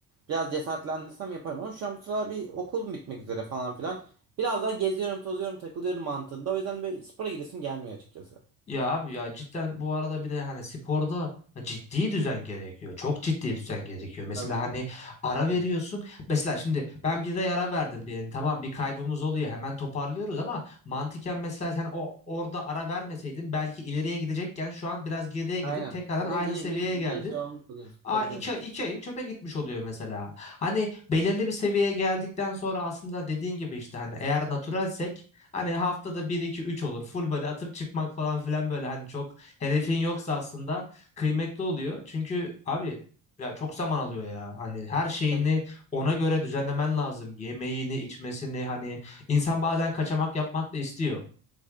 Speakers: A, on the right; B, on the left.
A: biraz cesaretlendirsem yaparım. Ama şu an bu sıralar bir okul bitmek üzere falan filan. Biraz daha geziyorum, tozuyorum, takılıyorum mantığında. O yüzden böyle spora gidesim gelmiyor açıkçası.
B: Ya abi ya cidden bu arada bir de hani sporda ciddi düzen gerekiyor. Çok ciddi düzen gerekiyor. Mesela
A: Tabii canım.
B: hani ara
A: Hı.
B: veriyorsun. Mesela şimdi ben bir ay ara verdim diyelim. Tamam bir kaybımız oluyor. Hemen toparlıyoruz ama mantıken mesela sen o orada ara vermeseydin belki ileriye gidecekken şu an biraz geriye gidip
A: Aynen.
B: tekrardan
A: Ve
B: aynı
A: yine
B: seviyeye
A: yine yine
B: geldin.
A: şey olmuş oluyorsun.
B: Aa,
A: Tabii
B: iki,
A: canım.
B: iki ayın çöpe gitmiş oluyor mesela. Hani belirli bir seviyeye geldikten sonra aslında dediğin gibi işte hani eğer naturalsek hani haftada bir iki üç olur. Full body atıp çıkmak falan filan böyle hani çok hedefin yoksa aslında kıymetli oluyor. Çünkü abi ya çok zaman alıyor ya. Hani her şeyini
A: Bak,
B: ona göre düzenlemen lazım. Yemeğini, içmesini hani insan bazen kaçamak yapmak da istiyor.